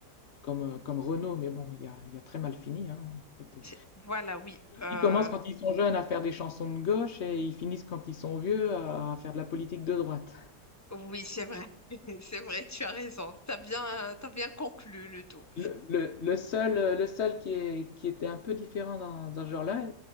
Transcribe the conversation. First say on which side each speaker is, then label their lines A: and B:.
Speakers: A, on the left (about 55°); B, on the left (about 15°).
A: comme, euh, comme Renaud, mais bon, il a, il a très mal fini. hein, en fait.
B: C'est- Voilà, oui. Euh,
A: Ils commencent quand ils sont jeunes à faire des chansons de gauche et ils finissent quand ils sont vieux à, à faire de la politique de droite.
B: oui, c'est vrai. <laughs> C'est vrai, tu as raison. T'as bien, t'as bien conclu le tout.
A: Le, le- le seul, le seul qui est, qui était un peu différent dans, dans ce genre-là,